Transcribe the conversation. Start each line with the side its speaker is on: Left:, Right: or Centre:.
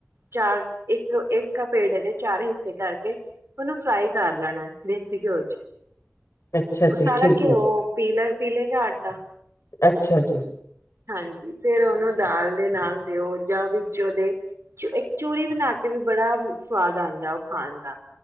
Right: ਚਾਰ ਇੱਕ-ਇੱਕ ਪੇੜੇ ਦੇ ਚਾਰ ਹਿੱਸੇ ਕਰਕੇ ਉਹਨੂੰ ਫਰਾਈ ਕਰ ਲੈਣਾ ਦੇਸੀ ਘਿਓ ਚ
Left: ਅੱਛਾ
Right: ਉਹ
Left: ਜੀ
Right: ਸਾਰਾ
Left: ਠੀਕ
Right: ਘਿਓ
Left: ਹੈ ਜੀ
Right: ਪੀਲਰ ਪੀਲੇ ਗਾ ਆਟਾ
Left: ਅੱਛਾ ਜੀ
Right: ਹਾਂਜੀ ਫੇਰ ਉਹਨੂੰ ਦਾਲ ਦੇ ਨਾਲ ਦਿਓ ਜਾਂ ਵੀ ਉਹਦੇ ਇੱਕ ਚੂਰੀ ਬਣਾ ਕੇ ਵੀ ਬੜਾ ਸਵਾਦ ਆਉਂਦਾ ਉਹ ਖਾਣ ਦਾ